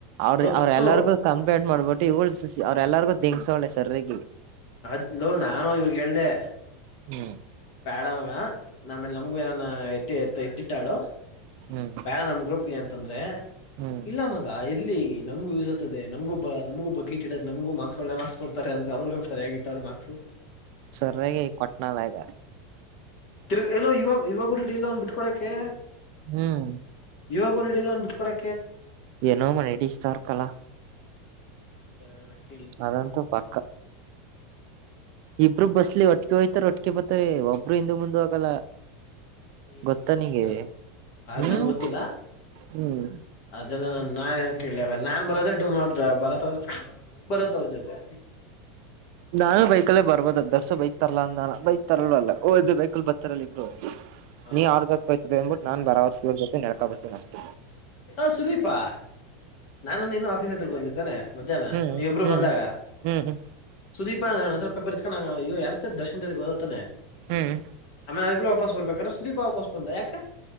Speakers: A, on the right (about 55°); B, on the left (about 55°).
A: ಅವ್ರ
B: ಗೊತ್ತು
A: ಅವ್ರೆಲ್ಲಾರ್ಗು ಕಂಪ್ಲೇಂಟ್ ಮಾಡ್ಬಿಟ್ಟು ಇವ್ಳ ಅವ್ರೆಲ್ಲಾರ್ಗು ದಿಂಗ್ಸೋಳೆ ಸರ್್ರಗ
B: ಅದ್ವು ನಾನು ಇವ್ರಗ್ ಹೇಳ್ದೆ
A: ಹ್ಮ್
B: ಬ್ಯಾಡವಾಗ ನಮೇಲೆ ನಮಗು ಏನಾನ ಎತ್ತಿ ಎ ಎತ್ತಿಟ್ಟಾಳು
A: ಹ್ಮ್
B: ಬೇಡ ನಮ ಗ್ರೂಪ್ಗೆ ಅಂತಂದ್ರೆ
A: ಹ್ಮ್
B: ಇಲ್ಲ ಮಗ ಇಲ್ಲಿ ನಮಗೂ ಯೂಸ್ ಇದೆ ನಮಗ ನಮಗೂ ಬಕ ಇಡದೆ ನಮಗ ಮಾರ್ಕ್ಸ್ ಒಳ್ಳೆ ಮಾರ್ಕ್ಸ್ ಕೊಡ್ತಾರೆ ಅಂದ್ರೆ್ ಸರಿಯಾಗಿ ಇಟ್ಟಾರೆ ಮಾಗ್ಸು
A: ಸರ್ರಗೆ ಕೊಟ್ನಾಾಲಯಗ
B: ತಿರ್ಗ ಎಲ್ಲೋ ಇವಾಗ ಇವಾಗರುಡ ಇಲ್ಲ ಒಂದು ಬಿಟ್ಕೊಡಕೆ
A: ಹ್ಮ್
B: ಇವಾಗ್ರು ಇಡಲ್ಲ ಒಂದ್ ಬಿಟ್ಕೊಡೆ
A: ಏನೋ ಮನೆಡಿ ಇಷ್ಟಾರ್ಕಲ್ಲಾ
B: ಏನ ಬಿಟ್ಟ
A: ಅದಂತೂ ಪಕ್ಕ ಇಬ್ರು ಬಸ್ಲಿ ಒಟ್ಟಿಗೆ ಹೋ್ತಾರ ಒಟ್ಟಿಗೆ ಬರ್ತಾರ ಒಬ್ಬರು ಇಿಂದ ಮುಂದ ಹೋಗಲ್ಲ
B: ಏನ
A: ಗೊತ್ತ ನಿಗೆ
B: ಬಿಡು ಅದ್
A: ಹ್ಮ್
B: ನಂಗ್ ಗೊತ್ತಿಲ್ಲ
A: ಹ್ಮ್
B: ಅ ನಾನ್ ಏನ್ ಕೇಳವ ನಾನ್ ಬರೋದ್ರೆ ಡ ನ ಬರ ಅವ್ರ ಬರತ್ ಅವ್ರ ಜೊತೆ
A: ನಾನೂ ಬೈಕಲ್ಲೇ ಬರ್ಬೋದ ಅ ದರ್ಸ ಬೈಕ್ ತರ್ಲ್ಲ ಅಂದ ನಾನ ಬೈಕ್ ತರಲ್ವ ಅಲ್ಲ ಓದ್ ಬೈಕಲ್ಲಿ ಬತ್ತರ ಇ
B: ಹ
A: ನೀ ಅವ್ರ ಜೊತ್ ಕ್ತ ಅನ್ಂಬಿಟ್ಟು ನಾನ್ ಬರಾವತ್ ಕವರ್ ಜೊತೆ ನೆಡ್ಕಾ ಬರ್ತೆ ಅಷ್ಟ
B: ಹ ಸುದೀಪಾ ನಾನ ಇನು ಆಫೀಸ್ ಎತ್ರ್ರ ಬಂದಿರ್ತಾನನೆ ಮಧ್ಯಾಹ್ನ
A: ಹ್ಮ್
B: ನೀವು ಇಬ್ರು
A: ಹ್ಮ್
B: ಬಂದಾಗ
A: ಹ್ಮ್
B: ಸುದೀಪ ನ ಹತ್ರ ಪೇಪರ್ಸ್ಕೊಂಡಂಗ ಯಾರಾರ್ ದರ್ಶನ್ ಜೊತೆಗೆ ಹೋದತ್ತಾನೆ
A: ಹ್ಮ್
B: ಆಮೇಲೆ ಅವ ಇಬ್ರು ವಾಪಸ್ ಬರ್ಬೇಕ್ರ ಸುದೀಪ ವಾಪಸ್ ಬಂದ ಯಾಕ